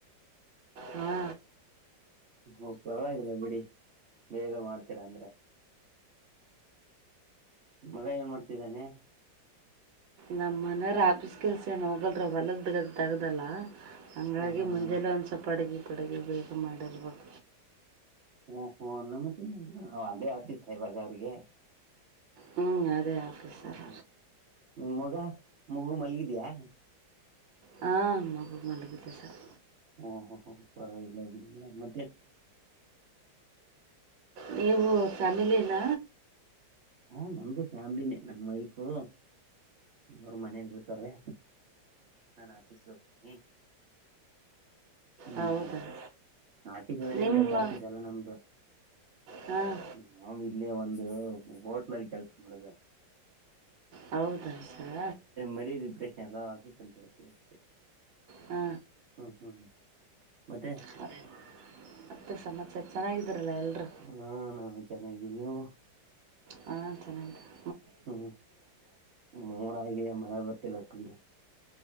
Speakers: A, on the right; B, on the right.
A: ಹಾ.
B: ಒ ಪರ್ವಾಗಿಲ್ಲ ಬಿಡಿ ಬೇಗ ಮಾಡ್ತೀರಾ ಅಂದ್ರೆ. ಮಗ ಏನ್ ಮಾಡ್ತಿದಾನೆ.
A: ನಮ್ಮ್ ಮನೆರ್ ಆಪೀಸ್ ಕೆಲ್ಸ ಏನ್ ಹೋಗಲ್ರಿ ಒಲದ್ ದಗ್ದಲ್ಲಾ ಹಂಗಾಗಿ
B: ಹ ಹ ಹ
A: ಮುಂಜೆಲೆ ಒಂದ್ ಸಪ್ ಅಡಗಿ ಪಡುಗೆ ಬೇಗ ಮಾಡಿರ್ಬೇಕ.
B: ಓ ಹೋ ನಮ್ದೇ ಎಲ್ಲಾ ಒ ಅದೆ ಆಫೀಸಾ ಇವಾಗ ಅವ್ರಿಗೆ.
A: ಹ್ಮ್ ಅದೇ ಆಫೀಸರ್.
B: ಹ್ಮ್ ಹ್ಮ್ ಮೊಗ ಮಗು ಮಲ್ಗಿದ್ಯಾ.
A: ಹಾ ಮಗು ಮಲ್ಗಿದೆ ಸರ್.
B: ಓ ಹೊ ಹೊ ಪರ್ವಾಗಿಲ್ಲ ಬಿಡಿ ಮೇಡಂ ಮ
A: <inaudible> ನೀವು ಫ್ಯಾಮಿಲಿನ.
B: ಹಾ ನಮ್ದು ಫ್ಯಾಮ್ಲಿನೇ ನಮ್ ವೈಫು ಅವ್ರು ಮನೇಲ್ಲಿರ್ತಾರೆ. ನಾನ್ ಆಫೀಸ್ಗೆ ಹೋಗ್ತೀನಿ. ಹ್ಮ್
A: ಹೌದಾ
B: ಹ್ಮ್ ಆಫೀಸ್ ಅಂದ್ರೆ
A: ನಿಮ್ಮ
B: ಏನ್ ದೊಡ್ಡ ಆಫೀಸ್ ಅಲ್ಲ ನಮ್ದು
A: ಹಾಂ
B: ನಾವು ಇಲ್ಲಿ ಒಂದು ಹೋಟ್ಲಲ್ಲಿ ಕೆಲ್ಸ ಮಾಡದ.
A: ಹೌದಾ ಸರ
B: ಮರ್ಯಾದ ಪ್ರಶ್ನೆ ಎಲ್ಲ ಆಫೀಸ್ ಅಂತ ಹೇಳ್ತೀವಿ ಅಷ್ಟೇ
A: ಹ
B: ಹ್ಮ್ ಹ್ಮ್ ಮತ್ತೆ
A: ಹಾ ಮತ್ತ ಸಮಾಚಾರ ಚೆನ್ನಾಗಿ ದ್ರಲ್ಲ ಎಲ್ರು.
B: ಹಾ ನಾವು ಚೆನ್ನಾಗಿದ್ದೀವಿ ನೀವು
A: ಹಾ ಚೆನಗಿದಿವ್
B: ಹ್ಮ್ <unintelligible> ಮೋಡ ಆಗಿದೆ ಮಳೆ ಬರ್ ತಿಲ್ಲ ಕಂಡ್ರಿ